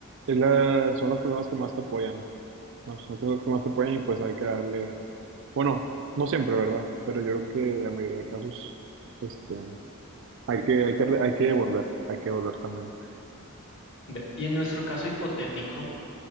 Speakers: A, on the right; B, on the left.
A: es la- son las personas que más te apoyan. ¿no? Son las personas que más te apoyan y pues hay que darle, bueno, no siempre, ¿verdad? Pero yo creo que en la mayoría de casos, este, hay que, hay que, hay que devolver, hay que devolver también.
B: Ve- Y en nuestro caso hipotético,